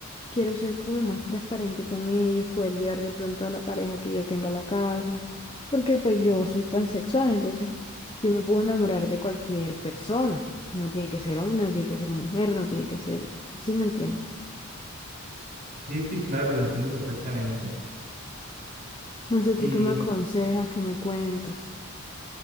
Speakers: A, on the left; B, on the right.
A: quiero ser como más transparente con ellos, poder llevar de pronto a la pareja que yo tenga a la casa, porque pues yo soy pansexual, entonces yo me puedo enamorar de cualquier persona. No tiene que ser hombre, no tiene que ser mujer, no tiene que ser, ¿sí me entiendes?
B: Sí, sí, claro, te entiendo perfectamente.
A: No sé,
B: Y,
A: tú qué me aconsejas, qué me cuentas.